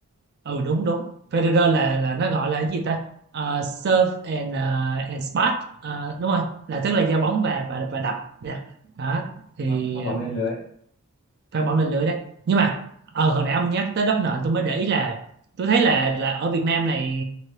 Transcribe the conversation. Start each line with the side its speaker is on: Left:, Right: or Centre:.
Right: ừ đúng đúng Federer là là nó gọi là cái gì ta Ờ, serve and uh, and spot Ờ, đúng rồi là tức là giao bóng và và và đập nha đó thì
Left: Pháp, Pháp bóng
Right: um,
Left: lên lưới
Right: pha bóng lên lưới đấy nhưng mà ờ hồi nãy ông nhắc tới đất nện tôi mới để ý là tôi thấy là là ở Việt Nam này